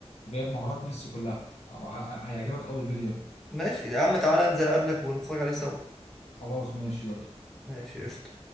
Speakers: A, on the left; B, in the centre.
A: جايب مهارات ميسي كلها أبقى- هيعجبك أول فيديو ده
B: ماشي يا عم تعالى انزل اقابلك ونتفرج عليه سوا
A: خلاص ماشي يلا
B: ماشي قشطة